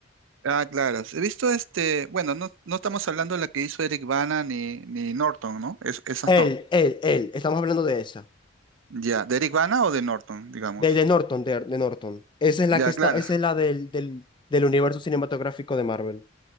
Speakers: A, on the right; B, on the left.
A: Ah, claro. He visto este, bueno, no, no estamos hablando de la que hizo Eric Bana ni, ni Norton, ¿no? Es- esas
B: Él,
A: no.
B: él, él, estamos hablando de esa.
A: Ya, ¿de Eric Bana o de Norton, digamos?
B: De, de Norton, de, de Norton. Esa es la
A: Ya,
B: que está,
A: claro.
B: esa es la del, del, del universo cinematográfico de Marvel.